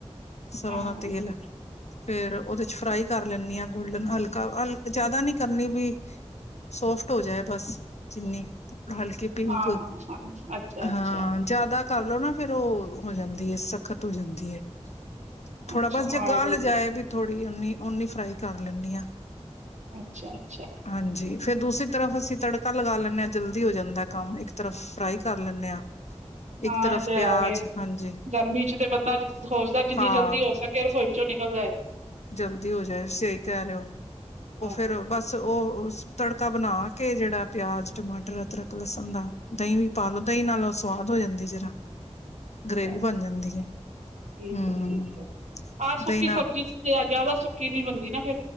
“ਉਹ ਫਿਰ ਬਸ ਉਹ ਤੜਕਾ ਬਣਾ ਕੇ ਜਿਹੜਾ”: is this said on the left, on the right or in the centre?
Left